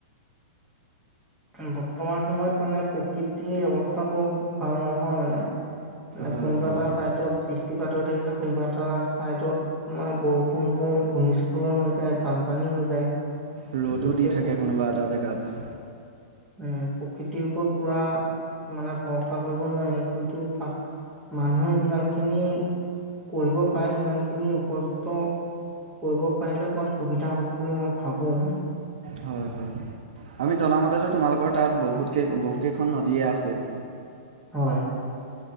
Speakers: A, in the centre; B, on the right.
A: বৰ্তমান সময়ত মানে প্ৰকৃতিৰ অৱস্থাবোৰ ভাল নহয় মানে মানে
B: হয়
A: কোনোবা
B: হয়
A: এটা চাইডত বৃষ্টিপাত হৈ থাকিলে কোনোবা এটা চাইডত তোমাৰ বৰষুণ হৈ ভূমিস্খলন হৈ যায় বানপানী হৈ যায়
B: ৰ'দো
A: গতিকে
B: দি থাকে
A: প্ৰকৃ
B: কোনোবা এটা জেগাত
A: উম প্ৰকৃতিৰ ওপৰত পুৰা মানে ভৰসা কৰিব নোৱাৰি কিন্তু তাক মানুহে যিমান খিনি কৰিব পাৰে সিমান খিনি উপযুক্ত কৰিব পাৰিলে অকণমান সুবিধা হ'ব বুলি মই ভাবোং
B: হয় হয় আমি জনামতেতো তোমালোকৰ তাত বহুত কেই বহুকেইখন নদীয়ে আছে
A: হয়